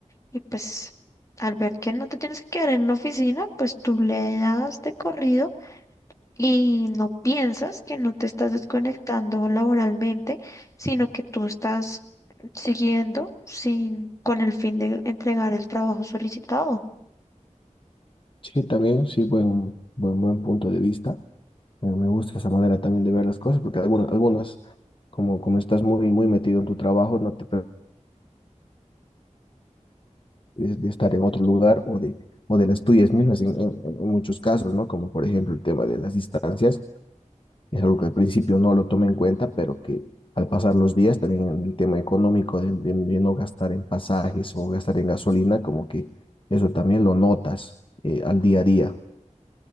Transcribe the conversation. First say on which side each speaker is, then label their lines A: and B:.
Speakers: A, on the left; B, on the left.
A: y pues al ver que no te tienes que quedar en la oficina, pues tú le das de corrido Y no piensas que no te estás desconectando laboralmente, sino que tú estás siguiendo sin, con el fin de entregar el trabajo solicitado.
B: Sí, también, sí, buen, buen, buen punto de vista. Me, me gusta esa manera también de ver las cosas, porque algunas, algunas como, como estás muy, muy metido en tu trabajo, no te permites de estar en otro lugar o de, o de las tuyas mismas en, en- en muchos casos, ¿no? Como por ejemplo el tema de las distancias Es algo que al principio no lo tomé en cuenta, pero que al pasar los días, también en el tema económico de, de- de no gastar en pasajes o gastar en gasolina, como que eso también lo notas eh, al día a día.